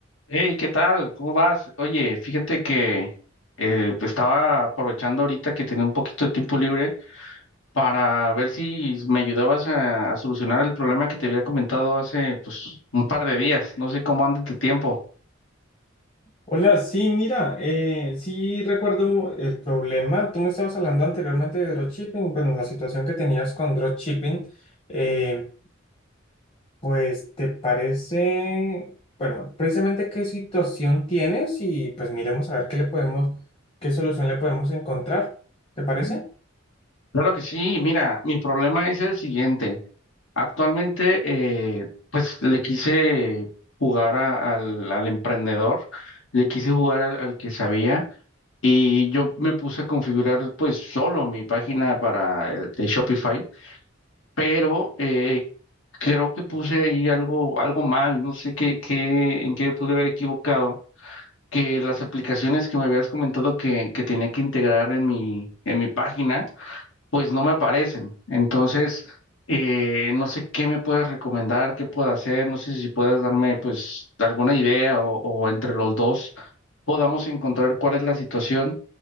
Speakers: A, on the left (about 80°); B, on the left (about 30°).
A: Hey, ¿qué tal? ¿Cómo vas? Oye, fíjate que eh, pues estaba aprovechando ahorita que tenía un poquito de tiempo libre para ver si me ayudabas a, a solucionar el problema que te había comentado hace pues un par de días. No sé cómo anda tu tiempo.
B: Hola, sí, mira, eh, sí recuerdo el problema. Tú me estabas hablando anteriormente de dropshipping, bueno, la situación que tenías con dropshipping, eh, pues te parece, bueno, precisamente qué situación tienes y pues miremos a ver qué le podemos, qué solución le podemos encontrar. ¿Te parece?
A: Claro que sí, mira, mi problema es el siguiente. Actualmente, eh, pues le quise jugar a- al, al emprendedor, le quise jugar al al que sabía. Y yo me puse a configurar pues solo mi página para el de Shopify, pero eh, creo que puse ahí algo, algo mal, no sé qué, qué, en qué pude haber equivocado, que las aplicaciones que me habías comentado que, que tenía que integrar en mi, en mi página, pues no me aparecen. Entonces, eh, no sé qué me puedes recomendar, qué puedo hacer, no sé si puedes darme pues alguna idea o o entre los dos podamos encontrar cuál es la situación